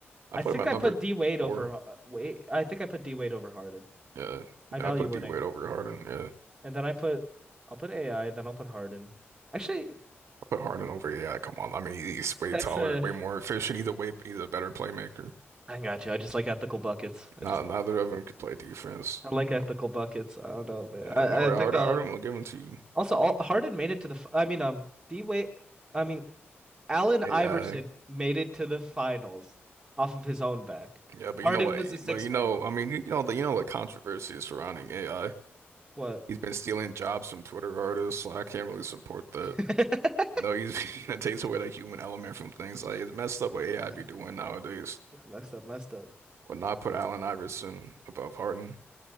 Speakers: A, on the right; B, on the right.
A: I
B: I put
A: think
B: him at
A: I
B: number
A: put D Wade
B: four.
A: over. uh, Wait, I think I put D Wade over Harden.
B: Yeah,
A: I
B: yeah.
A: value
B: I put
A: winning,
B: D Wade over Harden. Yeah,
A: and then I put I'll put AI. Then I'll put Harden. Actually,
B: I put Harden over. Yeah, come on. I mean, he's way
A: that's
B: taller,
A: a.
B: way more efficient. Either way, he's a better playmaker.
A: I got you. I just like ethical buckets.
B: Not
A: I just like
B: neither
A: it.
B: of them could play defense.
A: I like
B: You
A: ethical
B: know,
A: buckets. I don't know, man.
B: yeah,
A: I,
B: I mean, Harden,
A: I think
B: Harden,
A: uh
B: Harden will give him to
A: also all, Harden made it to the f- I mean um D way I mean Allen Iverson
B: AI.
A: made it to the finals off of his own back.
B: Yeah, but
A: Harden
B: you know what?
A: was the sixth
B: But you
A: man.
B: know, I mean, you know the you know the controversy surrounding AI.
A: What?
B: He's been stealing jobs from Twitter artists, so I can't really support that.
A: <laughs>
B: You know, he's <laughs> it takes away the human element from things. Like it's messed up
A: Yeah,
B: what AI be doing nowadays.
A: messed up, messed up.
B: Would not put Allen Iverson above Harden.